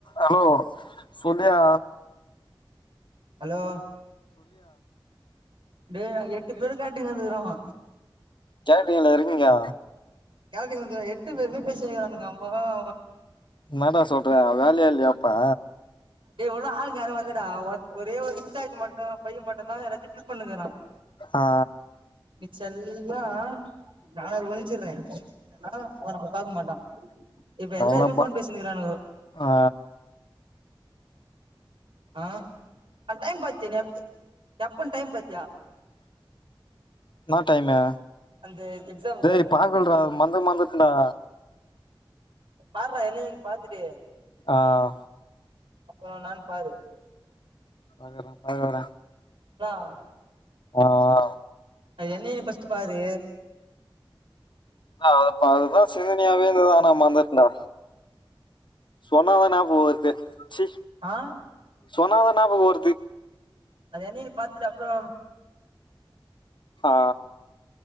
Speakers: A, on the left; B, on the right.
A: Hello Sonia
B: hello டே நாங்க எட்டு பேரு காட்டங்வந்துக்கிறோம்
A: சேட்டிங்ல இருக்கீங்கா
B: கேத்துங்கங்க எட்டு பேருமே பேசிக்கிறானுங்க அம்மா அவ
A: என்னடா சொல்ற வேலையா இல்லையாப்பா
B: எவ்ள ஆளுங்க யாரோ வந்து ஒரே ஒரு இன்சார்ஜ் மட்டும் தான் பையன் மட்டும் தான் எல்லாத்தையும் பில் பண்ணிட்டிருக்கான்
A: ஆ
B: மிச்சல்லா நானது ஒய்ப் செஞ்சிட்ரேன் ஆஹ் அவ நம்ம பாக்க மாட்டான் இப்ப எல்லாருமே
A: அவ்ளோப்பா
B: போன் பேசிருக்கிறானுவோ
A: ஆ
B: ஆஹ் ஆடைம் பாரத்தே எ எப்ப டைம் பத்
A: என்னா டைமு
B: அந்த எக்ஸாம்
A: டேய்
B: டைமு
A: பாத்து சொல்லுடா மறந்து மறந்துட்டண்டா
B: பாருடா என்னகினு பாத்துட்டு
A: ஆஹ்
B: அப்புறம் என்னானு பாரு
A: அப்றம் பாக்குறேன்டா
B: ஆஹ்
A: ஆஹ்
B: என்னையு பஸ்ட் பாரு
A: அது அதுதான் சிதனையாவே இருந்தது ஆ மறந்துட்டேன்டா சொன்னாதானே போ இருக்கு சி
B: ஆஹ்
A: சொன்னாதானா நாம போறது
B: அது என்ன பாத்துட்டு அப்பறம்
A: ஆ